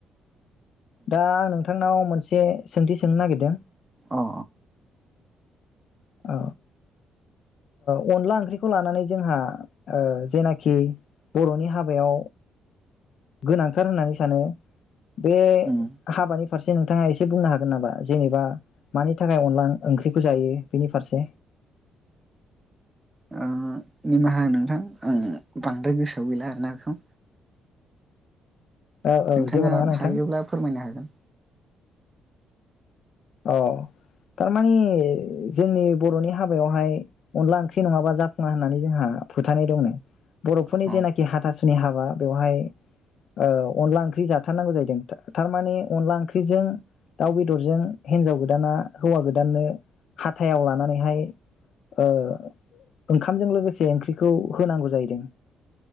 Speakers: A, on the left (about 65°); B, on the right (about 20°).
A: दा आं नोंथांनाव मोनसे सोंथि सोंनो नागिरदों
B: औ
A: औ ओ अनला ओंख्रिखौ लानानै जोंहा ओ जेनाखि बर'नि हाबायाव गोनांथार होननानै सानो बे
B: उम
A: हाबानि फारस से नोंथाङा एसे बुंनो हागोन नामा जेनेबा मानि थाखाय अनला ओंख्रिखौ जायो। बेनि फारसे
B: ओ निमाहा हो नोंथां आं बांद्राय गोसोआव गैला आरोना बेखौ
A: औ औ
B: नोंथाङा
A: जेबो नङा नोंथां
B: हायोब्ला फोरमायनो हागोन।
A: औ थारमानि जोंनि बर'नि हाबायावहाय अनला ओंख्रि नङाबा जाफुङा होननानै जोंहा फोथानाय दंनो। बर'फोरनि
B: औ
A: जेनाखि हाथास सुनि हाबा बेवहाय ओ अनला ओंख्रि जाथारनांगौ जाहै थारमाने अनला ओंख्रिजों दाउ बेदरजों हिनजाव गोदाना हौवा गोदाननो हाथायाव लानानैहाय ओ ओंखामजों लोगोसे ओंख्रिखौ होनांगौ जाहैदों